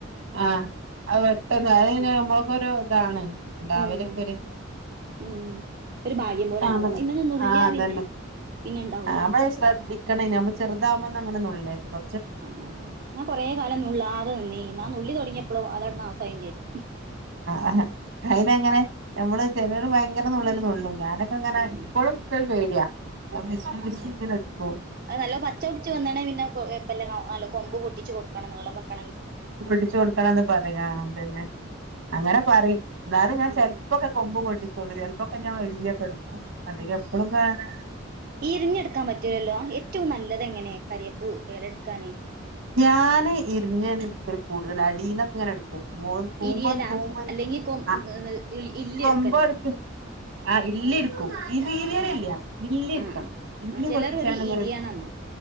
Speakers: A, on the right (about 75°); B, on the right (about 50°).
A: ആഹ അത് പെട്ടെന്ന് അ നമ്മക്കൊരു ഇതാണ് ഉണ്ടാവലൊക്കെ
B: ഉം
A: ഒരു
B: ഉം ഒരു ഭാഗ്യം പോലെ
A: കാണല്ലേ
B: ഉണ്ടാവും അയ്മന്ന് നുള്ളിയാ
A: ആഹ അതന്നെ
B: പിന്നെ പിന്നെ ഉണ്ടാവൂല
A: ആ മ്മള് ശ്രദ്ധിക്കണേ നമ്മൾ ചെറുതാവുമ്പൊന്നും അങ്ങനെ നുള്ളര്ത് കൊ
B: ആ ഞാൻ കുറെ കാലം നുള്ളാതെ നിന്നീനി ന്നാ ന്നുള്ളി തൊട്ങ്യപ്പോളോ അതാട് നാസായിം ചെയ്ത്
A: ആഹഹ അയ്നെങ്ങനെ
B: ഉം
A: നമ്മള് ചെലോര് ഭയങ്കര ന്നുള്ളല് ന്നുളളും ഞാൻ എട്കോക്കെങ്ങനെ
B: ഉം
A: എപ്പോഴും ന്ക്കൊരു പേട്യോ <unintelligible>
B: ആഹ് അത് നല്ലോം പച്ച പിട്ച്ച് വന്ന്ണേൽ പിന്നെ കൊഴ്പ്പല്ല കൊമ്പ് പൊട്ടിച്ച് കൊടുക്കണം നീളം വെക്കാണെങ്കിൽ
A: ട്ടിച്ച് കൊടുക്കണംന്ന് പറയ ആഅതന്നെ അങ്ങനെ പറിം ന്നാലും ഞാൻ
B: ആണോ
A: ചെല്പ്പൊക്കെ കൊമ്പ് പൊട്ടിച്ചൊള്ളൂ ചെല്പ്പൊക്കെ ഞാൻ ഇല്ല്യൊക്കെ എടുക്കും അ എപ്പൊളും ങ്ങനെ
B: ഇര്ഞ്ഞ്ട്ക്കാൻ പറ്റൂലല്ലോ എറ്റവും നല്ലത് എങ്ങനെ കര്യേപ്പ് എലെട്ക്കാന്
A: ഞാന് ഇരിഞ്ഞേനിട്ക്കൽ കൂടുതൽ അടീന്നൊക്കെങ്ങനെ എടുക്ക മോ തൂമ്പോന്ന്
B: ഇരിയലാ
A: തൂമ്പന്
B: അല്ലെങ്കിൽ കൊ
A: ആ
B: ഇല്ലി
A: കൊമ്പടുക്ക്
B: എടുക്കലോ
A: ആ ഇല്ലിട്ക്കു. ഇരി ഇര്യലില്ല
B: ആഹ്
A: ഇല്ലി
B: ആഹ്
A: ട്ക്കണം
B: ആഹ്
A: ഇല്ലി
B: ആഹ് ചിലർ
A: പൊട്ടിച്ചാണ്ടങ്ങനെ
B: പറയും ഇരിയണംന്ന്
A: എടുത്ത